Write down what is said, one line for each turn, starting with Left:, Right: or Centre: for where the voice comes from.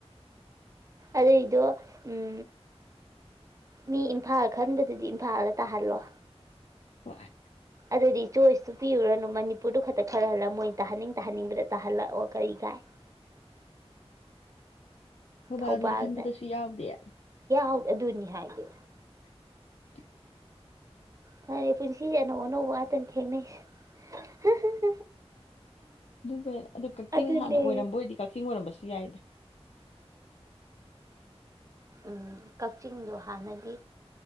Right: ꯑꯗꯨꯏꯗꯣ ꯎꯝ ꯃꯤ ꯏꯝꯐꯥꯜ ꯈꯟꯕꯗꯨꯗꯤ ꯏꯝꯐꯥꯜꯗ ꯇꯥꯍꯜꯂꯣ
Left: ꯍꯣꯏ
Right: ꯑꯗꯨꯗꯤ ꯆꯣꯏꯁꯇꯨ ꯄꯤꯔꯨꯔꯅꯨ ꯃꯅꯤꯄꯨꯔꯗꯨ ꯈꯛꯇ ꯈꯔ ꯍꯜꯂ ꯃꯣꯏ ꯇꯥꯍꯟꯅꯤꯡ ꯇꯥꯍꯟꯅꯤꯡꯕꯗ ꯇꯥꯍꯜꯂꯛꯑꯣ ꯀꯔꯤ ꯀꯥꯏ
Left: ꯊꯧꯕꯥꯜꯗꯨꯗꯤ
Right: ꯊꯧꯕꯥꯜ
Left: ꯈꯟꯕꯗꯁꯨ ꯌꯥꯎꯗꯦ
Right: ꯌꯥꯎ ꯑꯗꯨꯅꯤ ꯍꯥꯏꯁ‌ꯦ
Left: <unintelligible>
Right: ꯐꯔ‌ꯦ ꯄꯨꯟꯁꯤ ꯑꯅꯧ ꯑꯅꯧꯕ ꯉꯥꯛꯇꯅꯤ ꯊ‌ꯦꯡꯅꯔꯤꯁ‌ꯦ
Left: ꯐꯦ ꯑꯗꯨ ꯀꯛꯆꯤꯡ
Right: ꯑꯗꯨꯅꯦ
Left: ꯍꯥꯟꯅ ꯑꯣꯏꯔꯝꯕ ꯑꯣꯏꯗꯤ ꯀꯛꯆꯤꯡ ꯑꯣꯏꯔꯝꯕꯁꯨ ꯌꯥꯏꯗ
Right: ꯎꯝ ꯀꯛꯆꯤꯡꯗꯣ ꯍꯥꯟꯅꯗꯤ